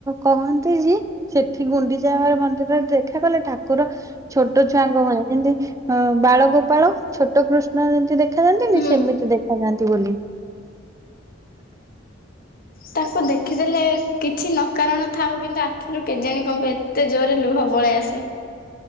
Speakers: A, on the right; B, on the left.
A: କହନ୍ତି ଯେ ସେଠି ଗୁଣ୍ଡିଚାର ମନ୍ଦିର ଦେଖା ଗଲେ ଠାକୁର ଛୋଟ ଛୁଆଙ୍କ ଭଳି ଯେମିତି ଅ ବାଳଗୋପାଳ ଛୋଟ କୃଷ୍ଣ ଦେଖା ଯାଆନ୍ତିନି,
B: ହୁଁ।
A: ସେମିତି ଦେଖାଯାଆନ୍ତି ବୋଲି।
B: ତାକୁ ଦେଖିଦେଲେ କିଛି ନ କାରଣ ଥାଉ କିନ୍ତୁ ଆଖିରେ କେଜାଣି କଣ ପାଇଁ ଏତେ ଜୋରରେ ଲୁହ ପଳେଇ ଆସେ।